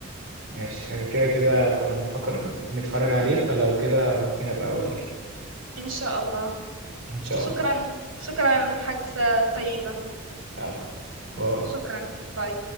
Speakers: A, on the right; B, on the right.
A: ماشي كده كده كنا بنفكر نتفرج عليه فلو كده ممكن ابقى اقول لك
B: ان شاء الله
A: ان شاء
B: شكرا
A: الله
B: شكرا على المحادثة الطيبة
A: عفوا. باي
B: شكرا باي